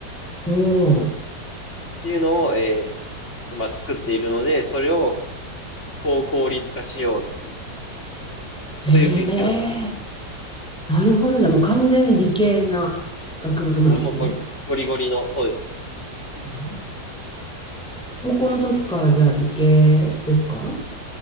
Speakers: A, in the centre; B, on the left.
A: おー、
B: ていうのを、えー今作っているので、それを高効率化しようっていう、
A: ええ
B: そういう研究をしてます。
A: なるほど。じゃあもう完全に理系な学部なんですね。
B: あ、もうゴゴリゴリの、そうですね。
A: うん高校の時からじゃあ理系ですか